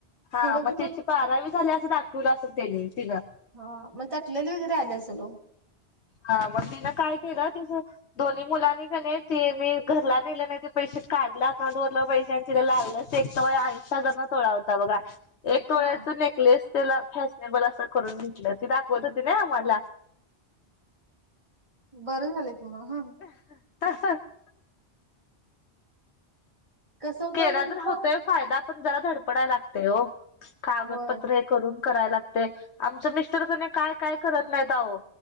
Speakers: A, on the left; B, on the right.
A: हा
B: पुढं
A: मग
B: पुढं
A: त्याची बारावी झाली असं दाखवलं असेल त्याने. तिनं.
B: हा मग त्याटलेली वगैरे आले असेल ओ.
A: हा मग तिन काय केलं तिचं. दोन्ही मुलांनी कणे त मी घरला नेले नाही ते पैसे. काढलं अकाउंट वरलं पैशां ति लाललंच एक तर आंचा जरना तोळाव. बघा. एक टोळ्याच
B: हा
A: नेकलेस त्याला फॅशनेबल असं करून घटलं. ते दाखवत होती ना आम्हाला.
B: बरं झाले की म ह.
A: ह <unintelligible>
B: कसं होतं
A: केला
B: म्हटलं
A: तर होतोय
B: तो
A: फायदा पण जरा धडपडाय लागतेय हो कागदपत्र
B: होय
A: करून कराय लागते. आमच मिस्टर कधी काय काय करत नाही आओ.